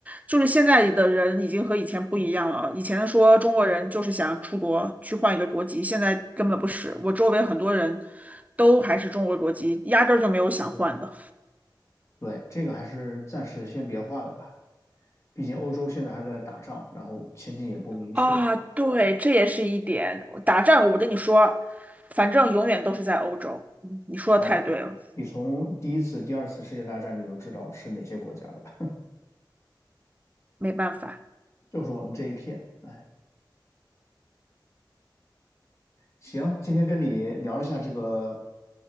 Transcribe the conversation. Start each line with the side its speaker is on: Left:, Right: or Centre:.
Right: 就是现在的人已经和以前不一样了。以前说中国人就是想出国去换一个国籍，现在根本不是。我周围很多人都还是中国国籍，压根儿就没有想换的。
Left: 对，这个还是暂时先别换了吧，毕竟欧洲现在还在打仗，然后前景也不明确。
Right: 啊，对，这也是一点。打仗，我跟你说，反正永远都是在欧洲。嗯你说的太对了。
Left: 哦，你从第一次、第二次世界大战你都知道是哪些国家了吧？<laughs>
Right: 没办法。
Left: 就是我们这一片。哎，行，今天跟你聊一下这个